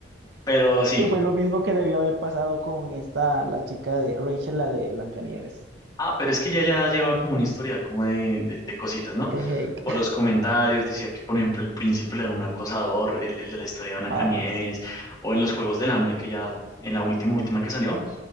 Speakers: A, on the left; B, on the right.
A: Pero sí,
B: Que fue lo mismo que debió haber pasado con esta, la chica de Rachel, la de Blancanieves.
A: ah, pero es que ya, ya lleva como un historial como de, de- de cositas, ¿no?
B: De Hake.
A: Por los comentarios decía que, por ejemplo, el príncipe era un acosador, el, el de la historia de Blancanieves,
B: Ah, sí.
A: o en los Juegos del Hambre, que ya en la última, última que salió,